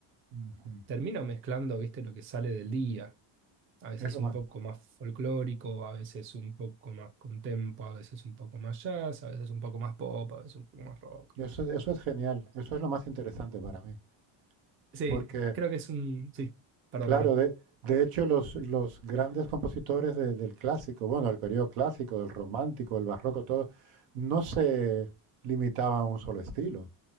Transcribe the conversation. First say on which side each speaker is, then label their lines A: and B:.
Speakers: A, on the right; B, on the right.
A: Ujú.
B: Termino mezclando, ¿viste? Lo que sale del día. a veces
A: Es lo más.
B: un poco más folclórico, a veces un poco más contempo, a veces un poco más jazz, a veces un poco más pop, a veces un poco más rock.
A: Eso, eso es genial, eso es lo más interesante para mí,
B: Sí,
A: porque
B: creo que es un... Sí, perdón,
A: claro,
B: perdón.
A: de, de hecho los, los grandes compositores de- del clásico, bueno, del periodo clásico, del romántico, del barroco, todo, no se limitaban a un solo estilo.